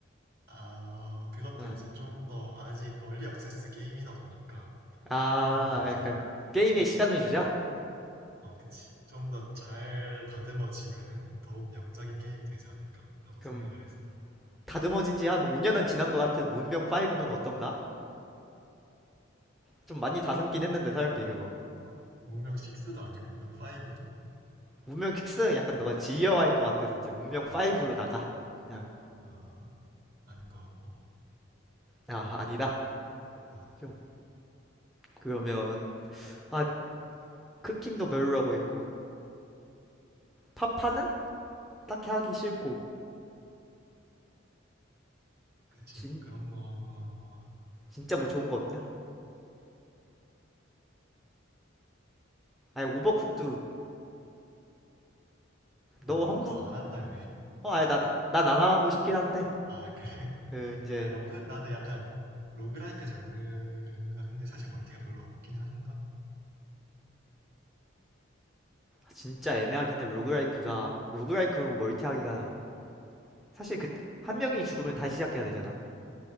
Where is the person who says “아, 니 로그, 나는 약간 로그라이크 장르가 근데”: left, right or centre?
Right